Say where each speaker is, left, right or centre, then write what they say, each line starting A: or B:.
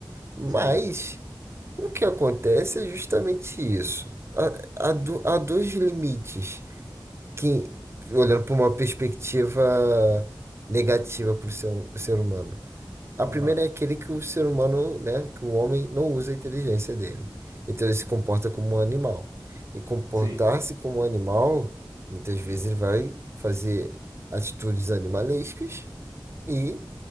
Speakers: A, on the right; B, on the right.
A: Mas
B: Sim.
A: o que acontece é justamente isso. Há, há do- há dois limites que, olhando por uma perspectiva negativa para o ser, ser humano. A
B: Aham.
A: primeira é aquele que o ser humano, né, que o homem não usa a inteligência dele. Então ele se comporta como um animal. E comportar-se
B: Sim.
A: como um animal, muitas vezes ele vai fazer atitudes animalescas e